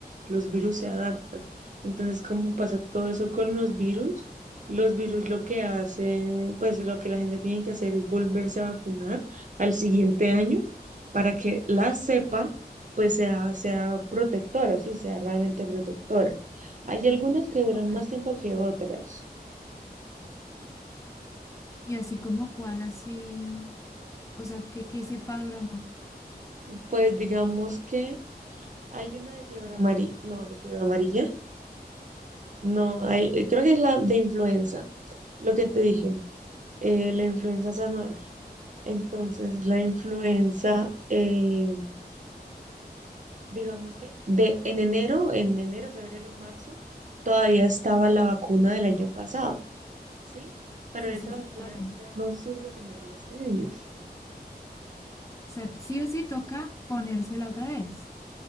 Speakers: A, on the right (about 50°); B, on the left (about 20°).
A: los virus se adaptan. Entonces, como pasa todo eso con los virus? Los virus lo que hacen, pues lo que la gente tiene que hacer es volverse a vacunar al siguiente año para que la cepa pues sea, sea protectora, sí, sea realmente protectora. Hay algunas que duran
B: ok.
A: más tiempo que otras.
B: Y así como cuál, así, o sea, que, que sepa Durama.
A: Pues digamos que hay una de fiebre amarilla, no, de fiebre amarilla, no, hay, eh, creo que es la de influenza, lo que te dije, eh, la influenza es anual. Entonces, la influenza, eh, digamos que de, en enero, en enero, febrero, en marzo, todavía estaba la vacuna del año pasado, ¿sí? Pero
B: Sí,
A: esa
B: sí, sí,
A: vacuna
B: claro. O
A: ya no sirve tenerla este año.
B: sea, sí o sí toca ponérsela otra vez.